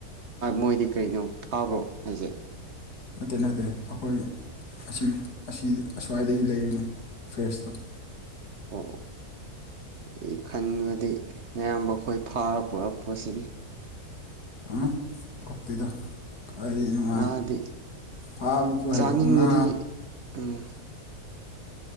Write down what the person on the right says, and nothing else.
ꯃꯣꯏꯗꯤ ꯀꯩꯅꯣ ꯐꯥꯕ꯭ꯔꯣ ꯍꯥꯏꯖꯦ
ꯑꯣ ꯑꯩ ꯈꯟꯕꯗꯤ ꯏꯌꯥꯝꯕ ꯈꯣꯏ ꯐꯥꯔ ꯄꫭꯔꯛꯄ꯭ꯔꯁꯤꯅꯤ
ꯉꯥꯗꯤ
ꯆꯥꯅꯤꯡꯕꯗꯤ
ꯎꯝ